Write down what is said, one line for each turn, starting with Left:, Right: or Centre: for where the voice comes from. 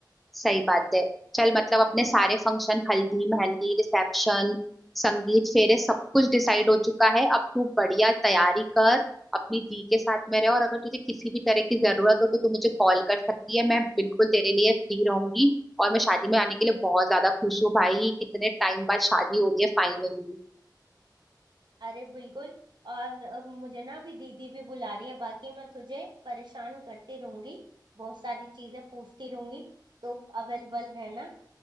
Centre: सही बात है चल मतलब अपने सारे फंक्शन हल्दी मेहंदी रिसेप्शन संगीत फेरे सब कुछ डिसाइड हो चुका है अब तू बढ़िया तैयारी कर अपनी दी के साथ में रह और अगर तुझे किसी भी तरह की जरूरत हो तो तू मुझे कॉल कर सकती है मैं बिल्कुल तेरे लिए फ्री रहूंगी और मैं शादी में आने के लिए बहुत ज्यादा खुश हूँ भाई कितने टाइम बाद शादी हो रही है फाइनली
Right: अरे बिल्कुल और अ, मुझे ना अभी दीदी भी बुला रही है बाकी मैं तुझे परेशान करती रहूंगी बहुत सारी चीजें पूछती रहूंगी तो अवेलेबल रहना